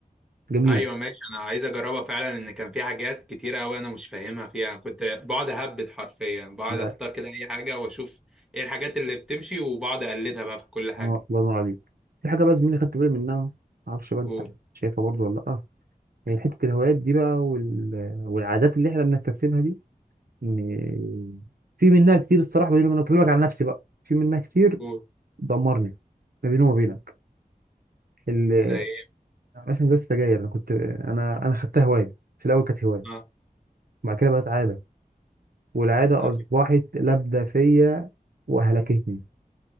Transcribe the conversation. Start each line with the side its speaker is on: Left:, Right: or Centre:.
Right: جميله
Centre: ايوه ماشي انا عايز اجربها فعلا ان كان في حاجات كتيره قوي انا مش فاهمها فيها أنا كنت بقعد اهبد حرفيا بقعد
Right: لا
Centre: اختار كده اي حاجه واشوف ايه الحاجات اللي بتمشي وبقعد اقلدها بقى في كل حاجه
Right: اه الله ينور عليك في حاجه بقى زميلي خدت بالي منها معرفش بقى انت
Centre: قول
Right: شايفها برضو ولا لا هي حته الهوايات دي بقى وال... والعادات اللي احنا بنكتسبها دي م- في منها كتير الصراحه بيني وبينك بكلمك عن نفسي بقى في منها كتير
Centre: قول
Right: دمرني ما بيني وما بينك ال-
Centre: زي ايه
Right: مثلا زي السجاير انا كنت انا انا خدتها هوايه في الاول كانت هوايه
Centre: اه
Right: بعد كده بقت عاده والعاده
Centre: طيب
Right: اصبحت لابده فيا وهلكتني